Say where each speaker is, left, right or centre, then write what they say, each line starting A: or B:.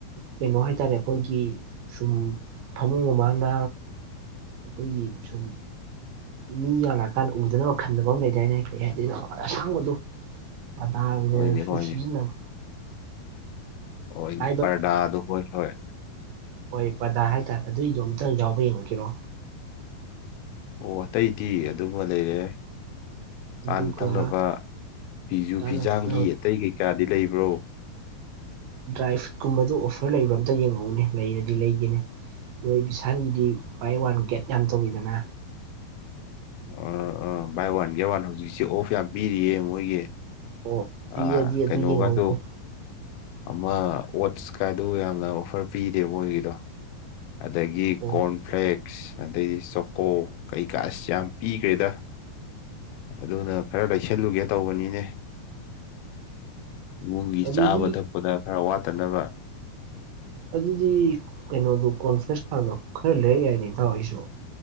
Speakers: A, on the right; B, on the left.
A: ꯀꯩꯅꯣ ꯍꯥꯏꯇꯥꯔꯦ ꯑꯩꯈꯣꯏꯒꯤ ꯁꯨꯝ ꯐꯃꯨꯡ ꯃꯄꯥꯟꯗ ꯑꯩꯈꯣꯏꯒꯤ ꯁꯨꯝ ꯃꯤ ꯌꯥꯝ ꯂꯥꯛꯑꯀꯥꯟꯗ ꯎꯗꯅꯕ ꯈꯟꯗꯕ ꯑꯃ ꯂꯩꯗꯥꯏꯅꯦ ꯀꯩ ꯍꯥꯏꯗꯣꯏꯅꯣ ꯑꯁꯥꯡꯕꯗꯣ ꯄꯗꯥꯔ ꯑꯣꯢꯅꯁꯨ
B: ꯍꯣꯏꯅꯦ ꯍꯣꯏꯅꯦ
A: ꯁꯤꯖꯤꯟꯅꯕ <unintelligible>
B: ꯍꯣꯏꯅꯦ ꯄꯔꯗꯥꯗꯣ ꯍꯣꯏ ꯍꯣꯏ
A: ꯑꯣꯏ ꯄꯗꯔ ꯍꯥꯏ ꯇꯥꯔꯦ ꯑꯗꯨꯏꯗꯣ ꯑꯝꯇꯪ ꯌꯥꯎꯕ ꯌꯦꯡꯉꯈꯤꯔꯣ
B: ꯑꯣ ꯑꯇꯩꯗꯤ ꯑꯗꯨꯝꯃ ꯂꯩꯔꯦ ꯆꯥꯅ
A: ꯑꯗꯨꯒ
B: ꯊꯛꯅꯕ ꯐꯤꯁꯨꯨ
A: ꯆꯥꯅ
B: ꯐꯤꯖꯥꯝꯒꯤ
A: ꯊꯛꯅꯕ
B: ꯑꯇꯩ ꯀꯩꯀꯥꯗꯤ ꯂꯩ ꯕ꯭ꯔꯣ
A: ꯗ꯭ꯔꯥꯏ ꯐ꯭ꯔꯨꯏꯠꯀꯨꯝꯕꯗꯨ ꯑꯣꯐꯔ ꯂꯩꯕ꯭ꯔ ꯑꯝꯇ ꯌꯦꯡꯉꯛꯎꯅꯦ ꯂꯩꯔꯗꯤ ꯂꯩꯒꯦꯅꯦ ꯅꯣꯏ ꯕꯤꯁꯥꯜꯒꯤꯗꯤ ꯕꯥꯏ ꯋꯥꯟ ꯒꯦꯠ ꯌꯥꯝ ꯇꯧꯋꯤꯗꯅ
B: ꯑꯥ ꯑꯥ ꯕꯥꯏ ꯋꯥꯟ ꯒꯦꯠ ꯋꯥꯟ ꯍꯧꯖꯤꯛꯁꯤ ꯑꯣꯐ ꯌꯥꯝ ꯄꯤꯔꯤꯌꯦ ꯃꯣꯏꯒꯤ
A: ꯑꯣ ꯄꯤꯔꯗꯤ
B: ꯑꯥ
A: ꯑꯗꯨ
B: ꯀꯩꯅꯣꯒꯥꯗꯣ
A: ꯌꯦꯡꯍꯧꯒꯦ
B: ꯑꯃ ꯑꯣꯠꯁꯀꯗꯨ ꯌꯥꯝꯅ ꯑꯣꯐꯔ ꯄꯤꯔꯦ ꯃꯣꯢꯒꯤꯗꯣ ꯑꯗꯒꯤ
A: ꯑꯣ
B: ꯀꯣꯔꯟꯐ꯭ꯂꯦꯛꯁ ꯑꯗꯩꯗꯤ ꯆꯣꯀꯣ ꯀꯩꯀꯥ ꯑꯁ ꯌꯥꯝ ꯄꯤꯈ꯭ꯔꯦꯗ ꯑꯗꯨꯅ ꯈꯔ ꯂꯩꯁꯜꯂꯨꯒꯦ ꯇꯧꯕꯅꯤꯅꯦ ꯏꯃꯨꯡꯒꯤ
A: ꯑꯗꯨꯗꯤ
B: ꯆꯥꯕ ꯊꯛꯄꯗ ꯈꯔ ꯋꯥꯠꯇꯅꯕ
A: ꯑꯗꯨꯗꯤ ꯀꯩꯅꯣꯗꯣ ꯀꯣꯟꯐ꯭ꯔꯦꯁ ꯀꯥꯗꯣ ꯈꯔ ꯂꯩꯔꯛ ꯌꯥꯏꯅꯦ ꯏꯇꯥꯎ ꯑꯩꯁꯨ